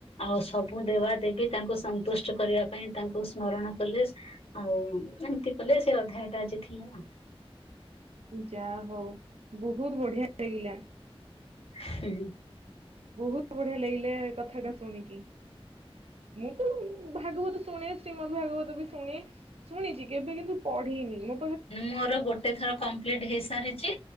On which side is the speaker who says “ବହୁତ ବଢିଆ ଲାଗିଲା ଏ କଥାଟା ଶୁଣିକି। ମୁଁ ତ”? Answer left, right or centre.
Right